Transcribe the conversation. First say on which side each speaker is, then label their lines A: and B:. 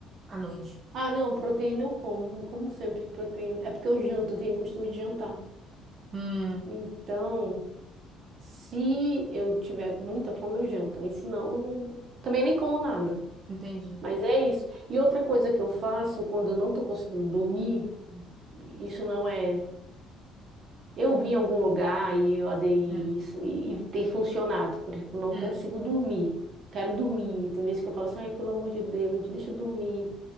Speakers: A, on the right; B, on the right.
A: à noite.
B: Ah, não, proteína eu como. Eu como sempre proteína. É porque eu janto, eu tenho o costume de jantar.
A: Hum,
B: Então, Se eu tiver com muita fome, eu janto. Aí, se não, eu não- também nem como nada.
A: entendi.
B: Mas é isso. E outra coisa que eu faço quando eu não estou conseguindo dormir, isso não é. Eu vi em algum lugar e eu aderi
A: Hum,
B: isso e, e tem funcionado. Por exemplo, não
A: hum,
B: consigo dormir. Quero dormir. Tem vezes que eu falo assim, ai, pelo amor de Deus, deixa eu dormir.